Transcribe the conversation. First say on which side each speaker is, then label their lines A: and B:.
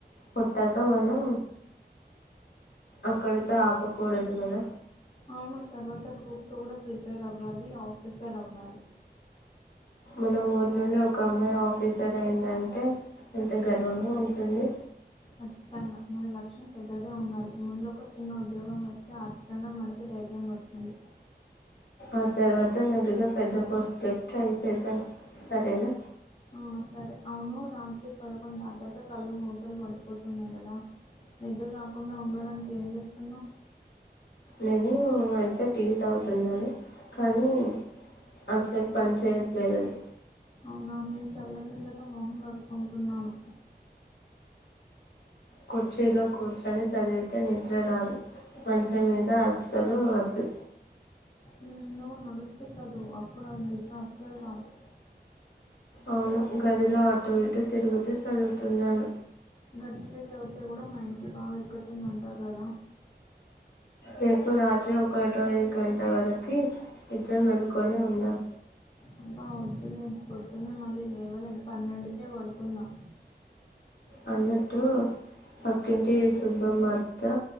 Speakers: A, on the left; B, on the left.
A: కొట్టాక మనం అక్కడితో ఆపకూడదు కదా
B: అవును తర్వాత గ్రూప్ టు కూడా ప్రిపేర్ అవ్వాలి ఆఫీసర్ అవ్వాలి
A: మన ఊరు నుండి ఒక అమ్మాయి ఆఫీసర్ అయిందంటే ఎంత గర్వంగా ఉంటుంది
B: ఖచ్చితంగా మన లక్ష్యం పెద్దదే ఉండాలి ముందు ఒక చిన్న ఉద్యోగం వస్తే ఆర్థికంగా మనకి ధైర్యం వస్తుంది
A: ఆ తర్వాత మెల్లిగా పెద్ద పోస్ట్లకి ట్రై చేద్దాం సరేనా
B: ఆ సరే అవును రాత్రి పదకొండు దాటాక కళ్ళు మూతలు పడిపోతున్నాయి కదా నిద్ర రాకుండా ఉండడానికి ఏం చేస్తున్నావ్
A: నేను అయితే టీ తాగుతున్నాను కానీ అసలు పని చేయట్లేదు అది
B: అవునా నేను చల్లనీళ్ళతో మొహం కడుకుంటున్నాను
A: కుర్చీలో కూర్చొని చదివితే నిద్ర రాదు మంచం మీద అస్సలు వద్దు
B: మ్మ్, నువ్వు నడుస్తూ చదువు అప్పుడు అది నిద్ర అస్సలు రాదు
A: అవును గదిలో అటు ఇటు తిరుగుతూ చదువుతున్నాను
B: గట్టిగా చదివితే కూడా మైండ్ కి బాగా ఎక్కుతుంది అంటారు కదా
A: రేపు రాత్రి ఒకటో గంట వరకి నిద్ర మేలుకొనే ఉందాం
B: అబ్బా వొద్దులే పొద్దున్నే మళ్ళీ లేవలేం పన్నెండుకే పడుకుందాం
A: అన్నట్టు పక్కింటి సుబ్బమ్మ అత్తా